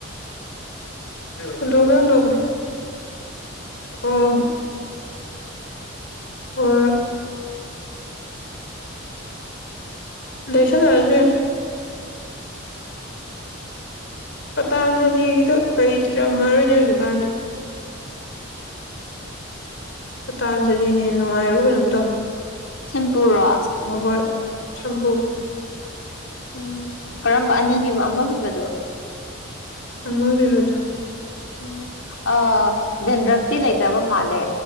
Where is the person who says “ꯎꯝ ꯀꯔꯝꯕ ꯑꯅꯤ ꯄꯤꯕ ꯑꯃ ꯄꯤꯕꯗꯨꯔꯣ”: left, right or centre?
Left